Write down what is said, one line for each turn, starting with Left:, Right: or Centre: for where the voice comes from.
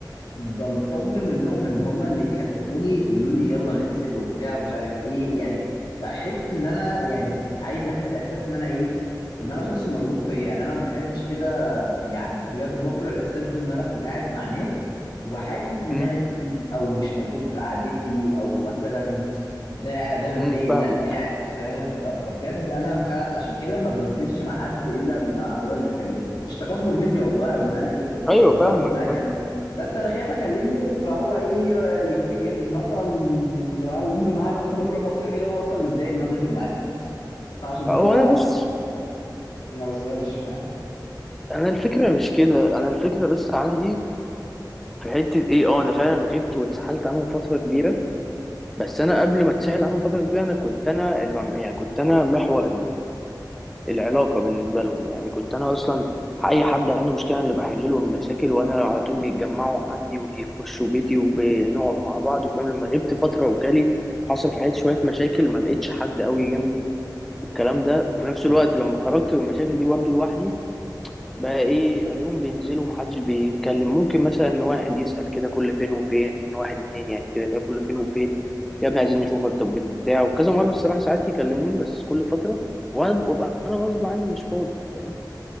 Left: بنتظر منهم ان هم اللي يكلموني يقولوا لي يلا ننزل وبتاع ومش عارف ايه يعني بحس ان انا يعني عايز احس احساس ان انا ايه ان انا شخص مرغوب فيه يعني انا ما بحبش كده يعني بجد بكره الاحساس ده ان انا اكون قاعد مع ناس وحاسس ان
Centre: امم
Left: انا تقيل او مش مرغوب في قعدتي او مثلا ده ده متضايق
Centre: امم
Left: ان
Centre: فاهمك
Left: انا قاعد فاهم ف- فبجد انا فعلا عشان كده ما بنزلش مع حد الا لما هو اللي يكلمني مش تكبر مني والله او ان انا ايه
Centre: ايوه
Left: متكبر
Centre: فاهمك
Left: ان انا اكلم
Centre: فاهم
Left: بس انا خايف اكلمه فهو ايه آه، يفتكر مثلا ينزل معايا بس جبر خاطر كده هو اصلا متضايق ان هو نزل معايا فعشان كده
Centre: هو انا بص
Left: ما بسألش
Centre: انا الفكره مش كده انا الفكره بس عندي في حته ايه اه انا فعلا غبت واتسحلت عنهم فتره كبيره بس انا قبل ما اتسحل عنهم فتره كبيره انا كنت انا الوع... يعني كنت انا محور العلاقه بالنسبه لهم يعني كنت انا اصلا اي حد عنده مشكله أنا اللي بحل له المشاكل وانا على طول بيتجمعوا عندي وبيخشوا بيتي وبنقعد مع بعض وفاهم لما غبت فتره وجالي حصل في حياتي شويه مشاكل ما لقيتش حد قوي جنبي والكلام ده وفي نفس الوقت لما خرجت من المشاكل دي برضو لوحدي بقى ايه الاقيهم بينزلوا محدش بيتكلم ممكن مثلا واحد يسأل كده كل فين وفين واحد اتنين يعني كده يسأل كل فين وفين يا ابني عايزين نشوفك طب بتاع وكذا مرة الصراحة ساعات يكلموني بس كل فترة وانا وابقى انا غصب عني مش فاضي فاهم